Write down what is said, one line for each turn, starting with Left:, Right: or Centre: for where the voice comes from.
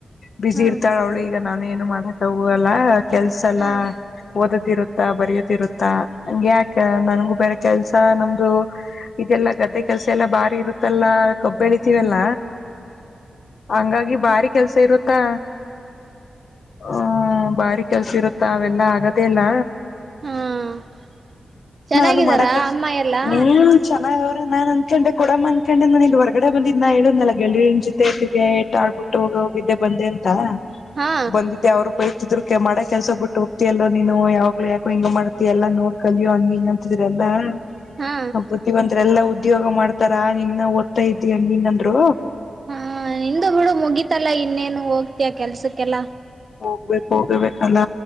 Left: ಬಿಸಿ
Right: ಹಾ
Left: ಇರ್ತಾಳ ಅವ್ಳು ಈಗ ನಾನ ಏನು ಮಾಡಕ್ಕ ಹಲ್ಲ ಸಲ
Right: ಹಾ
Left: ಓದದಿರುತ್ತ ಬರಿಯತಿರುತ್ತಾ ಹಂಗ ಯಾಕ ನನ್ಗೂ ಬೇರ ಕೆಲ್ಸ ನಮ್ದು ಇದೆಲ್ಲಾ ಗದ್ದೆ ಕೆಲ್ಸ ಎಲ್ಲಾ ಭಾರಿ ಇರುತ್ತ ಮತ್ತಲ್ಲಾ ಕಬ್ಬ ಬೆಳಿತೀವೆಲ್ಲ ಹಂಗಾಗಿ ಬಾರಿ ಕೆಲ್ಸ ಇರುತ್ತಾ ಹ ಬಾರ ಕೆಲ್ಸ ಇರುತ್ತಾ ಅವೆಲ್ಲಾ ಆಗದೆೇ ಇಲ್ಲ
Right: ಹಾ ಹಾ ಚೆನ್ನಾಗಿದ್ದಾರಾ
Left: ನಾನು ಮಾಡಕ
Right: ಅಮ್ಮ ಎಲ್ಲಾ
Left: ನೀನು ಚೆನ್ನ ನಾನ್ ಅಂದ್ಕೊಂಡೆ ಕೊಡಮ್ಮ ಅ್ಕೊಂಡೆ ನಾನು ಇಲ್ಲಿ ಹೊರ್ಗಡೆ ಬಂದಿದ್ದ ನಾ ಹೇಳುದ್ನಲ್ಲ ಗೆಳರಿನ ಜೊತೆಿಗೆ ಏಟು ಆಡ್ಬಿಟ್ಟು ಹೋಗ ಹೋಗಿದ್ದೆ ಬಂದೆ ಅಂತ
Right: ಹಾ
Left: ಬಂದಿದ್ದೆ ಅವರುೂಪಾಯಿತಿದ್ರು ಮಾಡ ಕೆಲ್ಸ ಬಿಟ್ಟು ಹೋಗ್ತಿ ಎಲ್ಲೋ ನೀನು ಯಾವ್ಲು ಯಾಕು ಹಿಂಗ ಮಾಡತತಿ ಎಲ್ಲಾ ನೋಡ್ಕಲ್ಿಯೋ ಹಂಗ ಹಿಂಗ ಅಂತಿದ್ರ ಎಲ್ಲಾ
Right: ಹಾ
Left: ಹ ಬತಿಿ ಬತ್ ಎಲ್ಲಾ ಉದ್ದ ಉದ್ಯೋಗ ಮಾಡ್ತಾರ ನೀಂಗ ನ ಓದ್ತಾ ಇದ್ದಿ ಹಂಗ ಹಿಂಗಂದ್ರು
Right: ಹಾ ನಿಂದ ಹುಡು ಮುಗಿತಲ್ಲಾ ಇನ್ನೇನು ಹೋಗ್ತಯ ಕೆಲ್ಸಕ್ಕೆಲ್ಲ
Left: ಬ ಹೋಗ್ಬೇಕಲ್ಲ